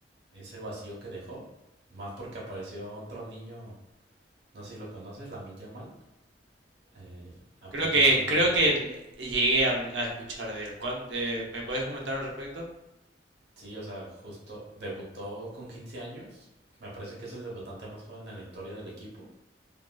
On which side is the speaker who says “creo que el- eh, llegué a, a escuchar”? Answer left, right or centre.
Right